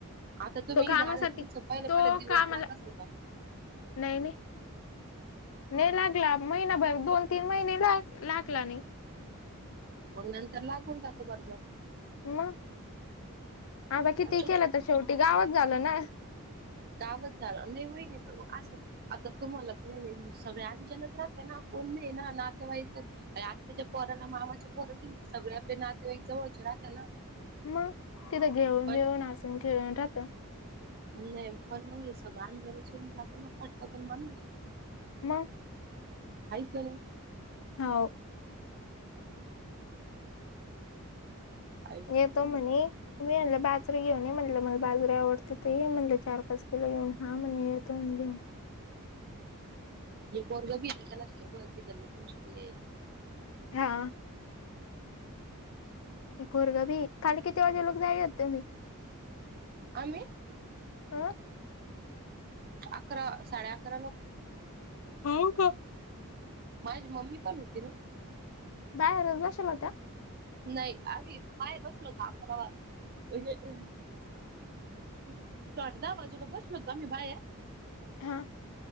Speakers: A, on the right (about 45°); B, on the left (about 65°).
A: आता तुम्ही
B: तो कामासाठी
A: इथं आले तुमचं पहिले
B: तो
A: पहिले दिवस
B: कामाला
A: लाग असेल का
B: नाही नाही. नाही लागला महिनाभर दोन तीन महिने ला लागला नाही.
A: मग नंतर लागून जातो बरोबर.
B: मग हाता किती
A: आता
B: केलं तर शेवटी गावच झालं ना?
A: गावच झालं नाही होई नाही पण मग असं. आता तुम्हाला काही नाही म सगळ्या अनजाणच राहत ना कोण नाही ना नातेवाईकत आय आताच्या पोराला मामाच्या पोरं दिली सगळे आपले नातेवाईक जवळचे राहत्या ना.
B: मग तिथं घेऊन,
A: पण
B: मिळून, हसून, खेळून राहतं.
A: नाही पण मग सगळं आंजलासिरून जातं ना पटकत म्हणूस
B: म
A: हाय क नाय.
B: हाव
A: आई होत
B: येतो म्हणे मी म्हणलं बाजरीे घेऊन ये म्हटलं मला बाजरी आवडते त म्हटलं चार-पाच किलोे घेऊन हा म्हण येतो घेऊन.
A: ले पोरगा बी आहे त्याला सोबत देलं की तून सुधी आहे.
B: हा पोरगा बी खाली किती वाजे लोक जाय तुम्ही?
A: आम्ही
B: हो
A: अकरा साडे अकरा ला.
B: हो का?
A: माझी मम्मी पण होती ना?
B: दायर वर बशल होत्या?
A: नाही आम्ही बाहेर बसलो होत अकरावा हे हा. साडे दहा वाजूला बसलो होतो आम्ही बाहेर.
B: हां